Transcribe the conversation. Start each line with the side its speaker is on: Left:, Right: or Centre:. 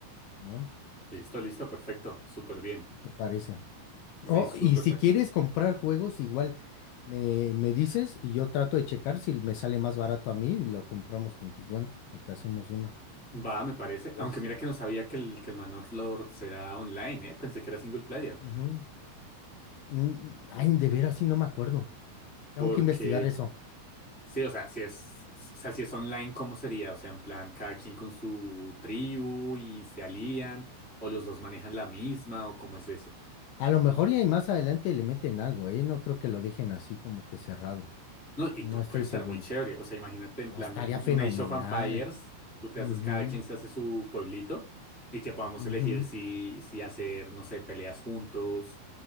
Left: ¿no?
Centre: Listo, listo, perfecto. Súper bien.
Left: ¿Qué te parece?
Centre: Me
Left: Oh,
Centre: súper
Left: y si
Centre: parece.
Left: quieres comprar juegos, igual me, me dices y yo trato de checar si me sale más barato a mí y lo compramos con tu cuenta o te hacemos una.
Centre: Va, me parece.
Left: ¿Lo
Centre: Aunque
Left: ¿Ves?
Centre: mira que no sabía que el, que el Manor Lord era online, ¿eh? Pensé que era single player.
Left: Ujú. Mm, Ay, de veras, sí, no me acuerdo. Tengo
Centre: Porque...
Left: que investigar eso.
Centre: Sí, o sea, si es, o sea, si es online, ¿cómo sería? O sea, en plan, cada quien con su tribu y se alían, o los dos manejan la misma, o cómo es eso.
Left: A lo mejor y más adelante le meten algo, ¿eh? No creo que lo dejen así como que cerrado.
Centre: No, y
Left: No
Centre: pu-
Left: estoy
Centre: puede estar
Left: seguro.
Centre: muy chévere. O sea, imagínate en
Left: No,
Centre: plan
Left: estaría
Centre: un,
Left: fenomenal.
Centre: un Age of Empires, tú te
Left: Ujú,
Centre: haces, cada quien se hace su pueblito, y que podamos
Left: ujú.
Centre: elegir si, si hacer, no sé, peleas juntos,